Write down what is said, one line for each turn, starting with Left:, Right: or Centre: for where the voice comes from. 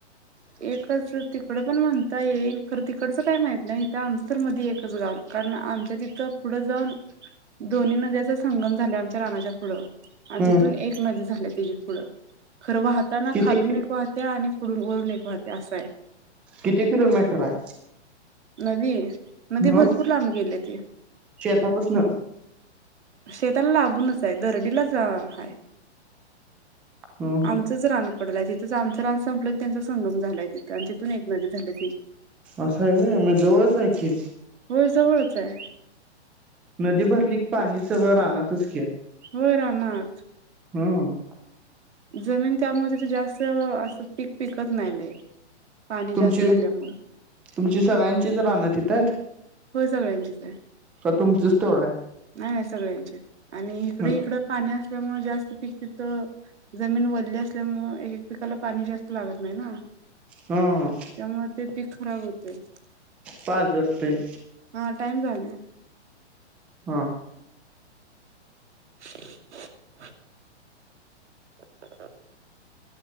Centre: ह <inaudible>
Right: एकच तिकडं पण म्हणता येईल. खरं तिकडचं काय माहीत नाही. आमचं तर मधी एकच गाव कारण आमच्या तिथं पुढं जाऊ. दोन्ही नद्याचा संगम झाला आमच्या रानाच्या पुढं. आणि
Centre: हम्
Right: तिथून एक नदी झाल्या तेची पुढ खरं वाहताना
Centre: किती
Right: खालून एक वाहत्या त्या आणि पुढून वरून एक वाहत्या असा आहे.
Centre: किती किलोमीटर आहे?
Right: नदी नदी
Centre: ह
Right: भरपूर लांब गेल्या ती.
Centre: शेतापासन
Right: शेताला लागूनच आहे दरडीलाच आहे.
Centre: ह ह
Right: आमचंच रान पडलाय. तिथंच आमचं रान संपलं की त्यांचा संगम झालाय तिथ आणि तिथून एक नदी झाल्या.
Centre: असं आहे होय. मग जवळच आहे की.
Right: होय. जवळच आहे.
Centre: नदी भरली पाणी सगळं राहणारच की.
Right: होय राहणार.
Centre: हम.
Right: जमीन त्यामध्ये ते जास्त असं पीक पिकत नाही लई. पाणी
Centre: तुमची
Right: जास्त झाल्यामुळ.
Centre: तुमची सगळ्यांचीच रान तिथ आहेत?
Right: होय सगळ्यांचीच आहे.
Centre: का तुमचंच तेवढं
Right: नाही नाही. सगळ्यांची आहेत. आणि
Centre: आहे?
Right: इकडे इकडं पाणी असल्यामुळे जास्त पिक तिथं जमीन वल्ली असल्यामुळे, एक एक पीकाला पाणी जास्त लागत नाही ना.
Centre: हा.
Right: त्यामुळे ते पीक खराब होतय.
Centre: पाजरतय.
Right: हा टाइम झाला.
Centre: हा.
Right: <inaudible> <inaudible>